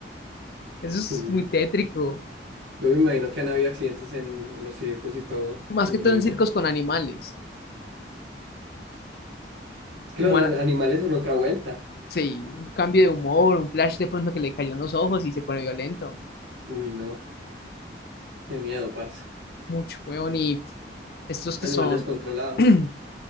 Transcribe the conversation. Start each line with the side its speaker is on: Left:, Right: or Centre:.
Left: Eso es
Right: <laughs> Uy,
Left: muy
Right: no.
Left: tétrico.
Right: yo me imagino que han habido accidentes en, en los circos y todo,
Left: Más
Right: en
Left: que todo
Right: vivo.
Left: en circos con animales,
Right: Es que
Left: como
Right: los
Left: ahora,
Right: a- animales son otra vuelta.
Left: sí, un cambio de humor, un flash de pronto que le cayó en los ojos y se pone violento.
Right: Uy, no. Qué miedo, parce.
Left: Mucho, weón, y Estos que
Right: Animal
Left: son,
Right: descontrolado.
Left: <clears throat>